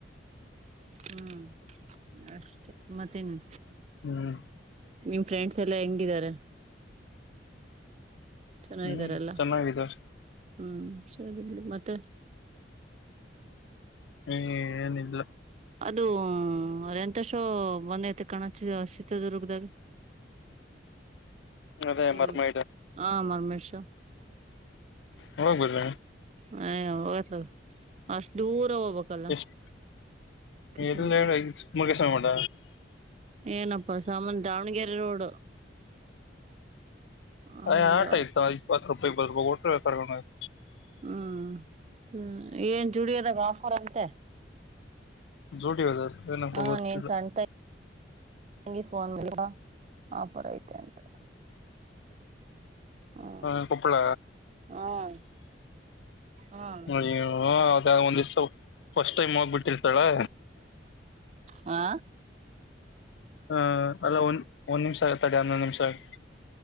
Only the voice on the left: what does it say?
ಹ್ಮ್
ಹ್ಮ್ ಚೆನ್ನಾಗಿದಾರ
ಹ್ಮ ಏನಿಲ್ಲ
<inaudible> ಅದೇ
ಮರ್ಮ ಇಡ
ಹೋಗ್ಬುದ್ರ
ಎಷ್ಟ ಎಲ್ಲ
ಮುಗೇಶ್ವ ಮಾಡ
ಅ ಆಟ ಇತ್ತು ಇಪ್ಪತ್ ರೂಪಾಯಿ ಬರಬಹು ಕೊಟ್ಟು ಕರ್ಕೊಂಡ್ ಹೋಗು.
ಜೂಡಿ ಅದ ಏನಪ್ಪ
ಗೊತ್ತಿಲ್ಲ
ಹ್ಮ ಕುಪ್ಪಳ
ಹ ಅದ ಒಂದಿಸ ಫಸ್ಟ್ ಟೈಮ್ ಹೋಗ್ಬಿಟ್ಟಿರ್ತಾಳೆ
ಹ ಅಲ್ಲ ಒಂದ್ ಒಂದ್ ನಿಮಿಷ ಆಗತಡೆ ಹನ್ನೊಂದು್ ನಿಮಿಷ ಆಗ